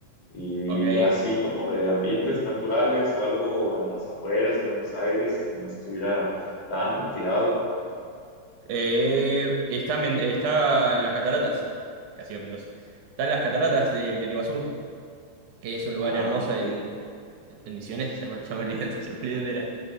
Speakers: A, on the left; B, on the right.
A: Y
B: Ok.
A: así como de ambientes naturales o algo en las afueras de Buenos Aires que no estuviera tan retirado.
B: Eh, está, Men- está las cataratas, casi digo Mendoza. Están las cataratas de, del Iguazú, que es un
A: Ah,
B: lugar hermoso
A: ok.
B: en, en Misiones, ya me, ya me olvidé, <laughs> ya me olvidé dónde era.